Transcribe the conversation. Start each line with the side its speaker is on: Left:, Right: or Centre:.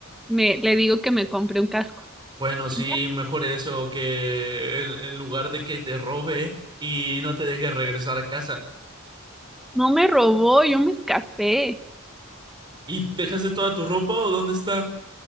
Centre: me, le digo que me compré un casco.
Right: Bueno, sí,
Centre: Y ya,
Right: mejor eso que en, en lugar de que te robe y no te deje regresar a casa.
Centre: no me robó, yo me escapé.
Right: ¿Y dejaste toda tu ropa o dónde está?